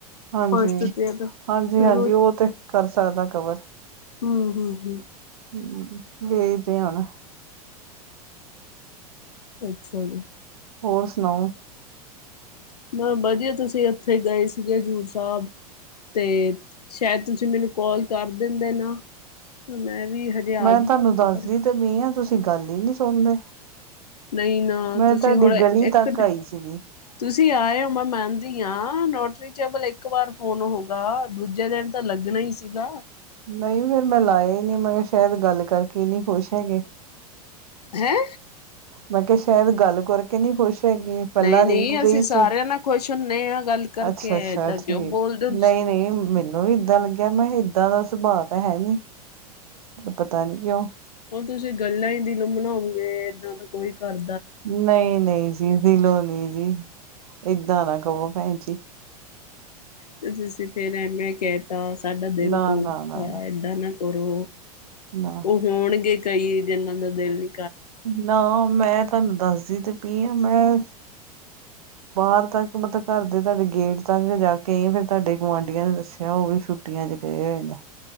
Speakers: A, on the right; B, on the left.
A: ਹਾਂਜੀ
B: ਫਸਟ ਤੇ ਦਾ
A: ਹਾਂਜੀ
B: ਫਿਰ
A: ਹਾਂਜੀ ਉਹ ਤੇ ਕਰ ਸਕਦਾ ਕਵਰ
B: ਹਮ ਹਮ ਹਮ
A: ਹਮ ਵੇਖਦੇ ਹ ਨਾ
B: ਅੱਛਾ ਜੀ
A: ਹੋਰ ਸੁਣਾਓ
B: ਮੈਂ ਵਧੀਆ ਤੁਸੀਂ ਉੱਥੇ ਗਏ ਸੀਗੇ ਹਜ਼ੂਰ ਸਾਹਿਬ ਅਤੇ ਸ਼ਾਇਦ ਤੁਸੀਂ ਮੈਨੂੰ ਕੋਲ ਕਰ ਦਿੰਦੇ ਨਾ ਤਾਂ ਮੈਂ ਵੀ ਹਜੇ ਆ
A: ਮੈਂ
B: ਗਈ
A: ਤੁਹਾਨੂੰ
B: ਹਾਂ
A: ਦੱਸਦੀ
B: ਘਰੇ
A: ਤੇ ਮ ਹਾਂ ਤੁਸੀਂ ਗੱਲ ਹੀ ਨਹੀਂੀ ਸੁਣਦੇ
B: ਨਹੀਂ ਨਾ
A: ਮੈਂ
B: ਤੁਸੀਂ
A: ਤੁਹਾਡੀ
B: ਹਣ
A: ਗਲੀ
B: ਇੱਕ
A: ਤੱਕ ਆਈ ਸੀਗੀ
B: ਤੁਸੀਂ ਆਏ ਹੋ ਮੈਂ ਮ ਹ ਨੋਟਰੀ ਚਬਲ ਇੱਕ ਵਾਰ ਫੋਨ ਹੋ ਗ ਦੂਜੇ ਦਿਨ ਤਾਂ ਲੱਗਣਾ ਹੀ ਸੀਗਾ
A: ਨਹੀਂ ਫੇਿਰ ਮੈਂ ਲਾਇਆ ਹੀ ਨਹੀਂ ਮੈਂ ਕਿਹਾ ਸ਼ਾਇਦ ਗੱਲ ਕਰਕੇ ਨਹੀਂ ਖੁਸ਼ ਹੈਗੇ
B: ਹੈਂ
A: ਮੈਂ ਕਿਹਾ ਸ਼ਾਇਦ ਗੱਲ ਕਰਕੇ ਨਹੀਂੀ ਖੁਸ਼ ਹੈਗੀ ਪਹਿਲਲਾ
B: ਨਹੀਂ ਨਹੀਂ
A: ਰਿੰਗ ਗਈ
B: ਅਸੀਂ ਸਾਰਿਆਂ
A: ਸੀ
B: ਨਾਲ ਖੁਸ਼ ਹੁੰਦੇ ਹਾਂ ਗੱਲ ਕਰਕੇ
A: ਅੱਛਾ ਅੱਛਾ
B: ਏਦਾਂ ਕਿਉਂ
A: ਠੀਕ
B: ਬੋਲਦੇ ਹੋ ਤੁਸੀਂ
A: ਨਹੀਂ ਨਹੀਂ ਮੈਨੂੰ ਮੈਨੂੰ ਵੀ ਇਏਦਾਂ ਲੱਗਿਆ ਮੈਂ ਏਦਾਂ ਦਾ ਸੁਭਾਅ ਤਾਂ ਹੈ ਨੀ ਪਤਾ ਨੀ ਕਿਉਂ
B: ਉਹ ਤੁਸੀਂ ਗੱਲਾਂ ਹੀ ਦਿਲੋ ਮਨਾਓਗੇ ਇਏਦਾਂ ਦਾ ਕੋਈ ਕਰ
A: ਨਹੀਂ ਨਹੀਂ ਜੀ ਦਿਲੋਂ ਨੀ ਜੀ ਏਦਾਂ ਨਾ ਕਵੋ ਭੈਣ ਜੀ
B: ਤੇ ਤੁਸੀਂ ਫਿਰ ਐਵੇਂ ਕਹਿ ਤਾ ਸਾਡਾ ਦਿਲ
A: ਨਾ
B: ਤ
A: ਨਾ ਨਾ
B: ਏਦਾਂ ਨਾ ਕਰੋ
A: ਨਾ
B: ਉਹ ਹੋਣਗੇ ਕਈ ਦਿਨਾਂ ਦਾ ਦਿੱ ਲਈ
A: ਨਾ ਮੈਂ ਤੁਹਾਨੂੰ ਦੱਸਦੀ ਤੇ ਪ ਹ ਮੈਂ ਬਾਹਰ ਤੱਕ ਮਤਲਬ ਘਰ ਦੇ ਤੁਹਾਡੇ ਗੇਟ ਤਾਂ ਜਾ ਕੇ ਫਿਰ ਤੁਹਾਡੇ ਗੁਆਂਢੀਆਂ ਨੇ ਦੱਸਿਆ ਉਹ ਵੀ ਛੁੱਟੀਆਂ ਚ ਗਏ ਹੋਏ ਨੇ